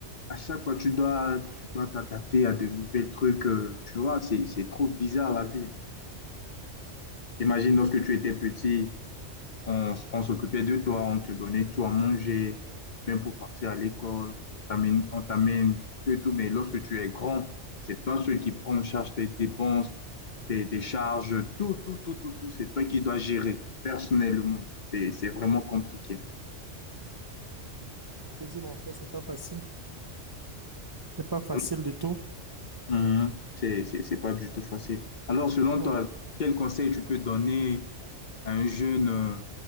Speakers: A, on the left; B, on the right.
A: à chaque fois tu dois, tu dois t'adapter à de nouvelles trucs, euh, tu vois, c'est, c'est trop bizarre la vie. Imagine lorsque tu étais petit. On, on s'occupait de toi, on te donnait tout à manger, même pour partir à l'école, on t'amène, on t'amène tout et tout. Mais lorsque tu es grand, c'est toi celui qui prend en charge tes dépenses, tes, tes charges, tout, tout, tout, tout, tout. C'est toi qui dois gérer personnellement. C'est, c'est vraiment compliqué.
B: Je dis, non, ça, c'est pas facile. C'est pas facile
A: Alors,
B: du tout.
A: hum, c'est, c'est c'est pas du tout facile. Alors, selon
B: Ah
A: toi,
B: ouais.
A: quel conseil tu peux donner un jeune euh,